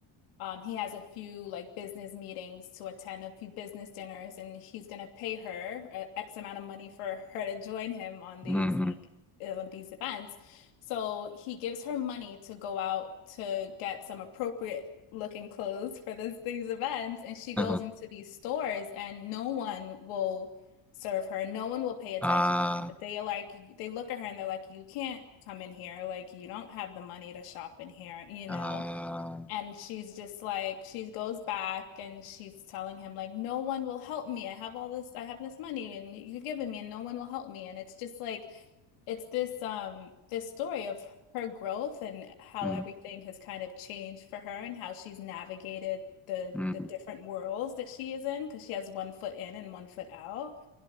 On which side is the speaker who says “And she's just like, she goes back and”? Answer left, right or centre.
Left